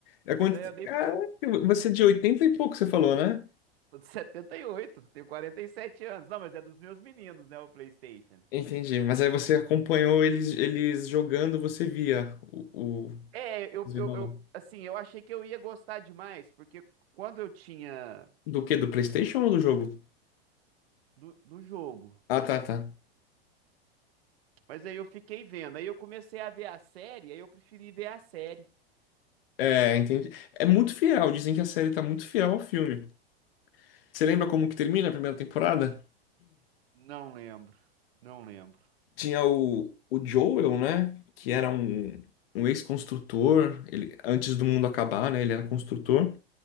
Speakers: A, on the left (about 65°); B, on the right (about 70°).
A: É quando...
B: né Eu dei...
A: Caraca,
B: pro- <laughs>
A: você é de 80 e pouco, você falou, né?
B: Tô de 78, tenho 47 anos. Não, mas é dos meus meninos, né, o PlayStation.
A: Entendi, mas aí você acompanhou eles, eles jogando, você via o, o...
B: É, eu,
A: Desenrolar.
B: eu, eu- assim, eu achei que eu ia gostar demais, porque quando eu tinha
A: Do quê? Do PlayStation ou do jogo?
B: do, do jogo,
A: Ah, tá, tá.
B: mas aí eu fiquei vendo, aí eu comecei a ver a série, aí eu preferi ver a série.
A: É, entendi. É muito fiel, dizem que a série tá muito fiel ao filme. Você lembra como que termina a primeira temporada?
B: Não lembro, não lembro.
A: Tinha o, o Joel, né? Que era um, um ex-construtor, ele, antes do mundo acabar, né? Ele era construtor.